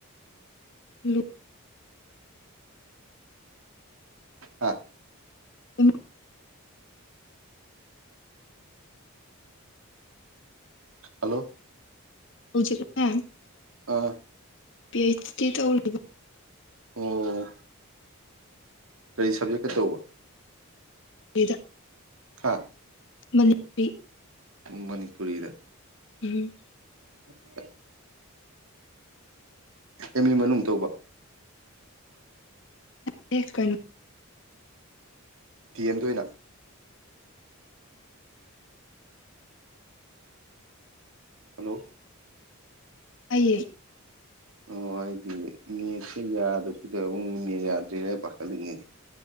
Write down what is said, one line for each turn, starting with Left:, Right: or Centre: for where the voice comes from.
Left: ꯂꯤꯞ
Right: ꯍꯥꯥ
Left: ꯏ
Right: ꯍꯜꯂꯣ
Left: ꯍꯧ <inaudible>
Right: ꯑꯥ
Left: ꯄꯤ ꯑꯩꯆ ꯗꯤ ꯇꯧꯔꯤꯕ
Right: ꯑꯣ ꯀꯔꯤ ꯁꯕꯖꯦꯛꯇ ꯇꯧꯕ
Left: ꯀꯩꯗ
Right: ꯍꯥꯥ
Left: ꯃꯅꯤꯄꯤ
Right: ꯅꯪ ꯃꯅꯤꯄꯨꯨꯔꯤ ꯔꯥ
Left: ꯎꯝ
Right: <inaudible> ꯑꯦꯝ ꯏ ꯃꯅꯨꯡ ꯇꯧꯕ
Left: ꯁ ꯀꯅꯣ
Right: ꯇꯤ ꯑꯦꯝꯗꯅ ꯍꯜꯂꯣ
Left: ꯑꯩꯌꯦꯌꯦ
Right: ꯑꯣ ꯑꯩꯗꯤ ꯃꯤꯁ ꯌꯥꯗꯗ ꯌꯥꯗꯔ ꯄ ꯂꯤꯉ